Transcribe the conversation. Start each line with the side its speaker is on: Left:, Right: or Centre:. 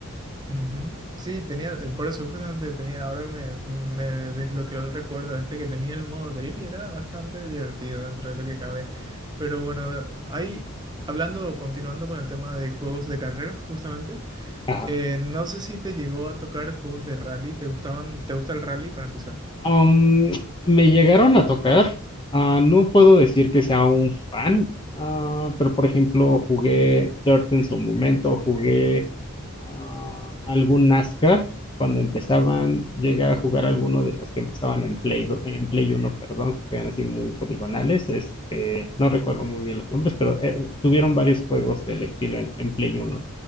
Right: Ujú. Sí, tenía, eh, por eso justamente tenía, ahora me, me desbloqueó el recuerdo este que tenía el modo drift y era bastante divertido dentro de lo que cabe. Pero bueno, ahí, hablando, continuando con el tema de juegos de carreras, justamente,
Left: Ajá.
Right: eh, no sé si te llegó a tocar juegos de rally, ¿te gustaban, te gusta el rally para empezar?
Left: Am, me llegaron a tocar. Ah, no puedo decir que sea un fan, ah, pero por ejemplo jugué Dirt en su momento, jugué ah, algún NASCAR. Cuando empezaban, llegué a jugar alguno de los que empezaban en Play, do- en Play uno perdón, que eran así muy poligonales. Este, no recuerdo muy bien los nombres, pero eh, tuvieron varios juegos del estilo en, en Play uno